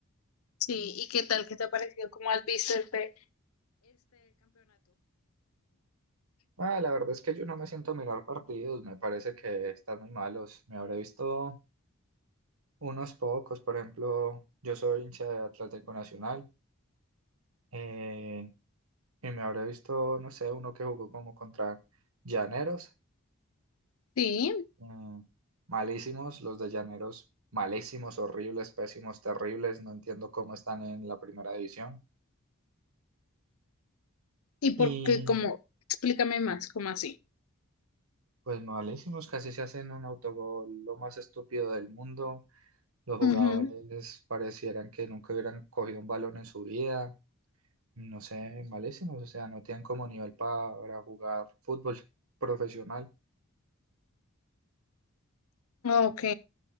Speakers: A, on the left; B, on the right.
A: Sí, ¿y qué tal? ¿Qué te ha parecido? ¿Cómo has visto el pe?
B: Ah, la verdad es que yo no me siento a mirar partidos, me parece que están muy malos. Me habré visto unos pocos, por ejemplo, yo soy hincha de Atlético Nacional eh, y me habré visto, no sé, uno que jugó como contra Llaneros
A: Sí,
B: Mm, malísimos, los de Llaneros, malísimos, horribles, pésimos, terribles. No entiendo cómo están en la primera división.
A: y
B: Y
A: por qué? ¿Cómo? explícame más, ¿cómo así?
B: pues malísimos, casi se hacen un autogol, lo más estúpido del mundo. Los jugadores
A: Ujú,
B: parecieran que nunca hubieran cogido un balón en su vida. No sé, malísimos, o sea, no tienen como nivel para jugar fútbol profesional.
A: Ok.